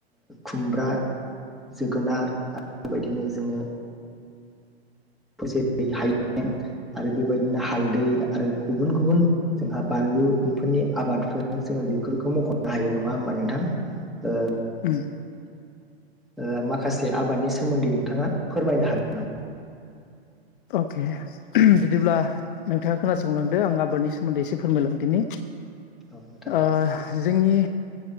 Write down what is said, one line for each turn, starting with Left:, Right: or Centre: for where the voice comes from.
Centre: खुमब्रा, जोगोनार आरो बेबायदिनो जोङो <unintelligible> हायजें आरो बेबायदिनो हालदै आरो गुबुन गुबुन जोंहा बानलु बेफोरनि आबादफोर जों बेफोरखौ मख'नो हायो नङा होमबा नोंथां? ओ
Left: उम
Centre: ओ माखासे आबादनि सोमोन्दै नोंथाङा फोरमायनो हागोन नामा?
Left: अके बिदिब्ला नोंथाङा खोनासंलांदो आं आबादनि सोमोन्दै एसे फोरमायलां दिनि
Centre: हागोन
Left: ओ जोंनि